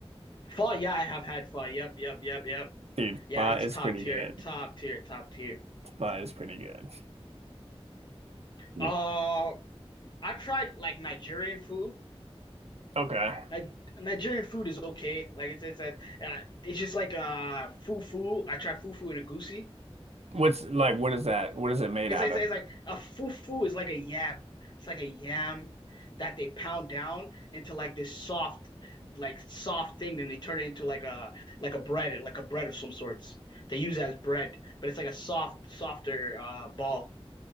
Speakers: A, on the left; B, on the right.
A: Pho, yeah, I have had pho. Yep, yep, yep, yep.
B: Dude,
A: Yeah,
B: pho
A: that's
B: is
A: top
B: pretty
A: tier,
B: good.
A: top tier, top tier.
B: Pho is pretty good. No.
A: Uh, I've tried like Nigerian food.
B: Okay.
A: Ni Nigerian food is okay. Like it's it's a, uh, it's just like uh fufu. I tried fufu and egusi.
B: What's like what is that? What is it made
A: It's,
B: out
A: like, it's,
B: of?
A: like, it's like a fufu is like a yam. It's like a yam that they pound down into like this soft, like soft thing. Then they turn it into like a like a bread, like a bread of some sorts. They use it as bread, but it's like a soft, softer uh, ball.